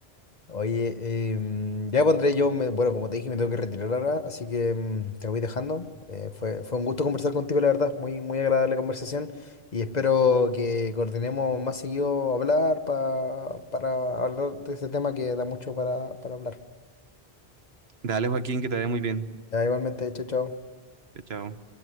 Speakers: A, on the left; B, on the right.
A: Oye, em, ya pondré yo, me- bueno, como te dije, me tengo que retirar ahora, así que em, te voy dejando. Eh, fue, fue un gusto conversar contigo, la verdad, muy, muy agradable conversación y espero que coordinemos más seguido hablar pa- para hablar de este tema que da mucho para, para hablar.
B: Dale, Joaquín, que te vaya muy bien.
A: Ya, igualmente, chao, chao.
B: Chao. chao.